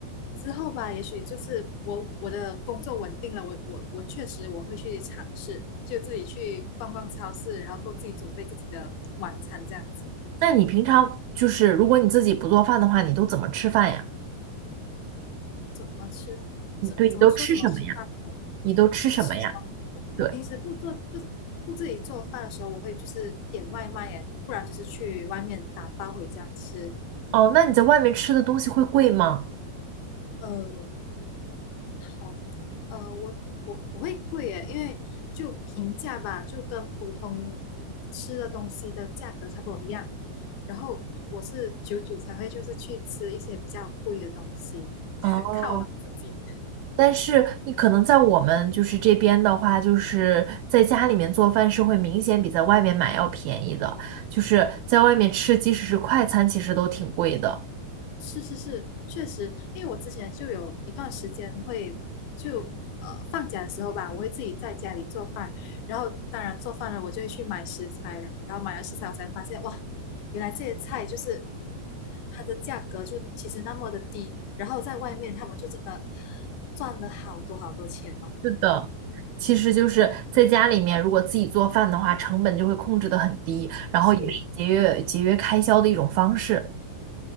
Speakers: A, on the left (about 75°); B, on the right (about 80°).
A: 之后吧，也许就是我我的工作稳定了，我我我确实我会去尝试，就自己去逛逛超市，然后够自己准备自己的晚餐这样子，
B: 那你平常就是如果你自己不做饭的话，你都怎么吃饭呀？
A: 怎么吃，
B: 你对，
A: 怎怎么说怎么吃饭呢？
B: 你都吃什么呀？你都吃什么呀？
A: 我吃什么，我我平时不做不不自己做饭的时候，
B: 对，
A: 我会就是点外卖耶，不然就是去外面打包回家吃。
B: 哦，那你在外面吃的东西会贵吗？
A: 呃，好，呃，我我不会贵耶，因为就平价吧，就跟普通吃的东西的价格差不多一样。然后我是久久才会就是去吃一些比较贵的东西，
B: 哦，
A: <laughs> 犒劳自己。
B: 但是你可能在我们就是这边的话，就是在家里面做饭是会明显比在外面买要便宜的，就是在外面吃，即使是快餐，其实都挺贵的。
A: 是是是，确实，因为我之前就有一段时间会就呃放假的时候吧，我会自己在家里做饭，然后当然做饭了，我就会去买食材，然后买了食材，我才发现哇，原来这些菜就是它的价格就其实那么的低，然后在外面他们就真的赚了好多好多钱哦，
B: 是的，其实就是在家里面，如果自己做饭的话，成本就会控制得很低，然后也是节约节约开销的一种方式。
A: 是